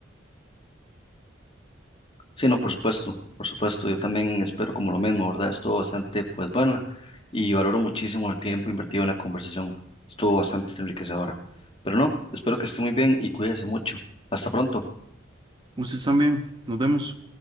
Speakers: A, on the left (about 30°); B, on the right (about 25°).
A: Sí, no, por supuesto, por supuesto. Yo también espero como lo mismo, ¿verdad? Estuvo bastante, pues, bueno, y valoro muchísimo el tiempo invertido en la conversación. Estuvo bastante enriquecedora. Pero no, espero que esté muy bien y cuídese mucho. Hasta pronto.
B: Ustedes también, nos vemos.